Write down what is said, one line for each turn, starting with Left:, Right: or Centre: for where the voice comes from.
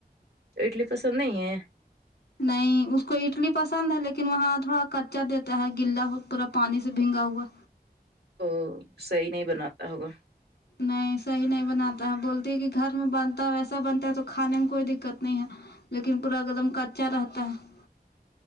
Right: تو اڈلی پسند نہیں ہے
Left: نہیں اس کو اڈلی پسند ہے لیکن وہاں تھوڑا کچا دیتا ہے گلا ہو پورا پانی سے بھینگا ہوا
Right: اور صحیح نہیں بناتا ہوگا
Left: نہیں صحیح نہیں بناتا ہے بولتی ہے کہ گھر میں بنتا ویسا بنتا ہے تو کھانے میں کوئی دقت نہیں ہے لیکن پورا ایک دم کچا رہتا ہے